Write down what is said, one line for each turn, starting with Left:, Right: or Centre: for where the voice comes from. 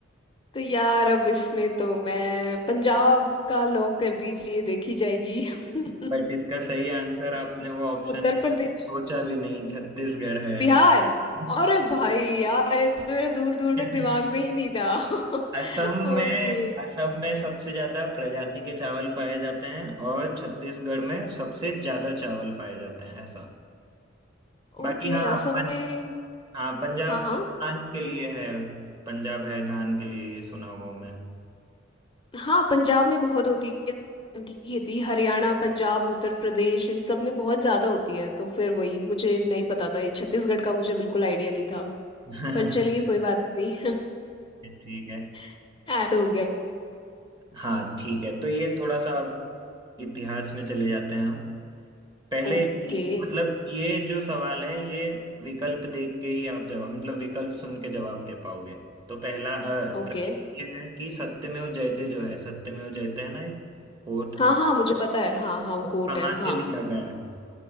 Left: तो यार अब इसमें तो मैं पंजाब का लॉक कर दीजिए देखी जाएगी <laughs>
Right: बट <laughs> इसका सही आंसर आपने वो ऑप्शन
Left: उत्तर प्रदेश
Right: सोचा भी नहीं छत्तीसगढ़ है
Left: बिहार
Right: <laughs>
Left: अरे भाई यार ये तो मेरा दूर दूर
Right: <laughs>
Left: तक दिमाग में ही नहीं था <laughs>
Right: असम
Left: ओके
Right: में असम में सबसे ज्यादा प्रजाति के चावल पाए जाते हैं और छत्तीसगढ़ में सबसे ज्यादा चावल पाए जाते हैं ऐसा बाकी
Left: ओके
Right: हाँ
Left: असम
Right: पन,
Left: में
Right: हाँ पंजाब
Left: हाँ हाँ
Right: की धान के लिए है पंजाब है धान के लिए ये सुना हुआ हूँ मैं
Left: हाँ पंजाब में बहुत होती है धान की खेती हरियाणा पंजाब उत्तर प्रदेश इन सब में बहुत ज्यादा होती है तो फिर वही मुझे नहीं पता था ये छत्तीसगढ़ का मुझे बिल्कुल आइडिया नहीं था
Right: <laughs>
Left: पर चलिए कोई बात नहीं
Right: ठीक है
Left: <laughs> ऐड हो गया
Right: हाँ ठीक है तो ये थोड़ा सा इतिहास में चले जाते हैं हम पहले
Left: Okay
Right: इस मतलब ये जो सवाल है ये विकल्प देख के ही आप जवाब मतलब विकल्प सुन के जवाब दे पाओगे तो पहला अ,
Left: okay
Right: प्रश्न ये है कि सत्यमेव जयते जो है सत्यमेव जयते है ना एक कोट
Left: हाँ
Right: अब
Left: हाँ मुझे पता है हाँ हाँ वो
Right: वो
Left: कोट
Right: कहाँ
Left: है हाँ
Right: से लिया गया है